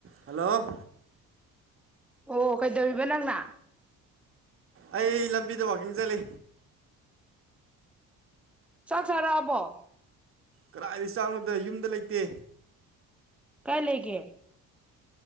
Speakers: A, on the right (about 40°); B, in the centre.
A: ꯍꯂꯣ
B: ꯑꯣ ꯀꯩꯗꯧꯔꯤꯕ ꯅꯪꯅ
A: ꯑꯩ ꯂꯝꯕꯤꯗ ꯋꯀꯤꯡ ꯆꯠꯂꯤ
B: ꯆꯥꯛ ꯆꯥꯔꯛ ꯑꯕꯣ
A: ꯀꯗꯥꯏꯗꯩꯩ ꯆꯥꯛꯅꯣꯗ ꯌꯨꯝꯗ ꯂꯩꯇꯦ꯫
B: ꯀꯥꯏ ꯂꯩꯒꯦ꯫